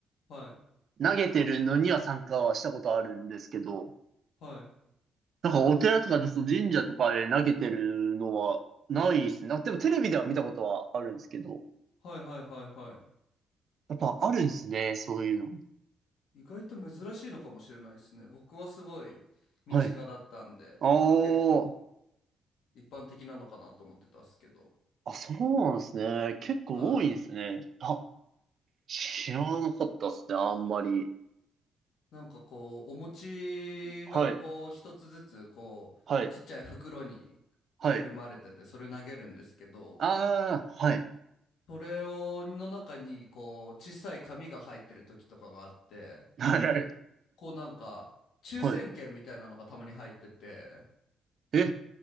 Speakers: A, on the left; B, on the right.
A: はい、
B: 投げてるのには参加はしたことあるんですけど、
A: はい、
B: なんかお寺とか、そう神社とかで投げてるのはないですね。あ、でもテレビでは見たことはあるんですけど、
A: はい、はい、はい、はい。
B: やっぱあるんですね、
A: ちょ
B: そういうの。
A: 意外と珍しいのかもしれないですね。僕はすごい身近だったんで、
B: はい。あー
A: 結構一般的なのかなと思ってたっすけど。
B: あ、そうなんですね。結構多いですね。
A: はい。
B: あ、知らなかったですね、あんまり。
A: なんかこう、お餅がこう、
B: はい、
A: 一つずつこう、
B: はい、
A: ちっちゃい袋に
B: はい。
A: くるまれてて、それ投げるんですけど、
B: ああ、はい、
A: それを、の中にこう、小さい紙が入ってる時とかがあって、
B: はい、はい。
A: こうなんか、抽選券みたいなのがたまに入ってて、
B: はいえ、